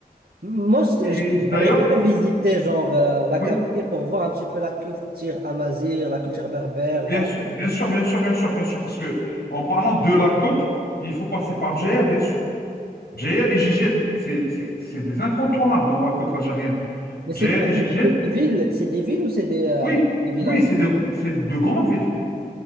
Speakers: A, on the right; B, on the left.
A: Moi, ce que
B: Et
A: j'ai-
B: d'ailleurs,
A: j'aimerais bien visiter genre euh, la
B: oui,
A: Kabylie pour voir un petit peu la culture amazigh, la culture berbère,
B: bien
A: voir
B: sûr, bien
A: un
B: sûr,
A: peu.
B: bien sûr, bien sûr, bien sûr, parce que en parlant de la côte, il faut passer par Béjaïa, bien sûr. Béjaïa et Jijel, c'est c'est- c'est des incontournables dans la côte algérienne.
A: Mais
B: Béjaïa
A: c'est quoi?
B: et Jijel,
A: C'est c'est des villes, c'est des villes ou c'est des, euh,
B: oui,
A: des villages?
B: oui, c'est de, c'est de grandes villes.